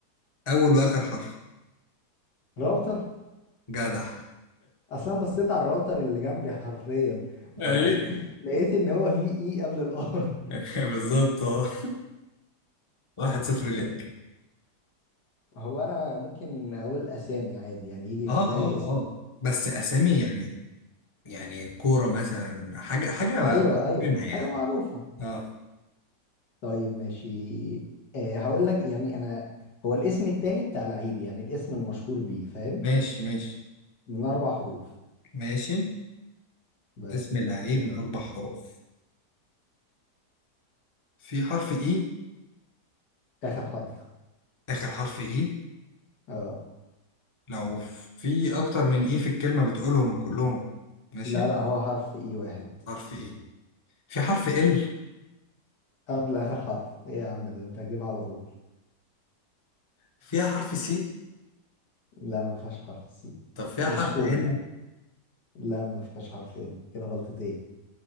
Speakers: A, on the left (about 20°); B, on the left (about 80°).
A: أول وآخر حرف
B: راوتر
A: جدع
B: اصلا بصيت على الراوتر اللي جنبي حرفيا فلقيت
A: <laughs> اي
B: <laughs> ان هو فيه اي قبل الار
A: <laughs> بالظبط اه واحد صفر
B: <laughs>
A: ليك
B: هو انا ممكن اقول اسامي عادي يعني يجي في
A: اه
B: دماغي
A: اه
B: اسم
A: اه بس أسامي يعني يعني كورة مثلا حاجة حاجة
B: ايوه ايوه
A: فينها يعني
B: حاجه معروفه
A: اه
B: طيب ماشي أه هقول لك يعني انا هو الاسم التاني بتاع لعيب يعني الاسم المشهور بيه فاهم
A: ماشي ماشي
B: من اربع حروف
A: ماشي
B: بس
A: اسم
B: كده
A: لعيب
B: يلا
A: من أربع حروف في حرف إي
B: اخر حرف
A: آخر حرف إي
B: اه
A: لو في أكتر من إي في الكلمة بتقولهم كلهم ماشي
B: لا لا هو حرف اي واحد
A: حرف إي في حرف ال
B: قبل اخر حرف ايه يا عم ده انت هتجيبها على طول
A: فيها حرف سي
B: لا ما فيهاش حرف سي
A: طب فيها
B: مش
A: حرف
B: كول
A: ان
B: لا لا ما فيهاش حرفين كده غلطتين